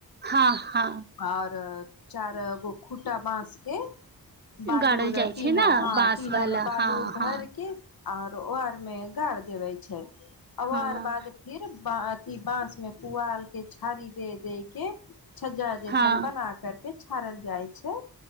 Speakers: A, on the right; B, on the left.
A: हँ हँ
B: आऔर चार गो खुटा बाँस के बालूर
A: गाड़ल जाइ
B: टीना
A: छै ने
B: हँ
A: बाँस
B: टीना
A: वाला
B: मे बालूर
A: हँ
B: भरके
A: हँ
B: आर ओर मे गाड़ देवे छै आओर
A: हँ
B: आर बाद फिर बाद की बाँसमे पुआल के छारी दे दे के छजा संपन्न
A: हँ
B: अहा करते छड़ल जाय छय